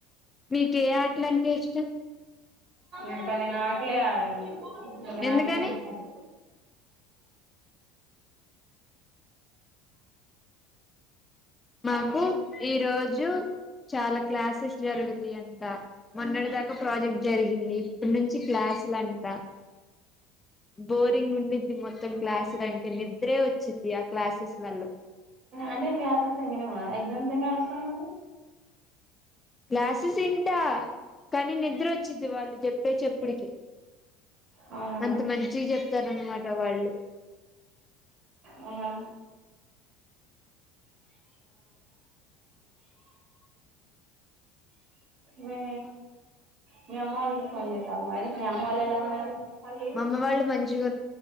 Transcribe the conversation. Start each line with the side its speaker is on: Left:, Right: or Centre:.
Left: మీకే ఆటల అంటే ఇష్టం
Right: ఇంకా నేను ఆట్లే ఆడను ఇంకా
Left: ఎందుకని
Right: నాకేమి ఇస్తారు
Left: మాకు
Right: ఇంకా
Left: ఈ రోజు చాలా క్లాసెస్ జరుగుతాయంట మొన్నటి దాకా ప్రాజెక్ట్ జరిగింది ఇప్పుడు నుంచి క్లాస్ వస్తాడంట బోరింగ్ ఉండిద్ది మొత్తం క్లాసులు అంటే నిద్రే వచ్చిద్ది ఆ క్లాసెస్లలో
Right: అంటే క్లాసెస్ ఏమైనా కూడా ఎగ్జామ్స్ ఏమైనా రాస్తు మరి
Left: క్లాసెస్ ఇంటా కానీ నిద్ర వచ్చింది వాళ్ళు చెప్పే చెప్పడికి
Right: అవునా
Left: అంత మంచి గా చెప్తారన్నమాట వాళ్ళు
Right: ఆ మీ
Left: స
Right: మీ అమ్మ వాళ్ళకి ఫోన్ చేసాము అది మీ అమ్మ వాళ్ళు ఎలా ఉన్నారు మళ్ళీ
Left: అమ్మ వాళ్ళు మంచిగా మా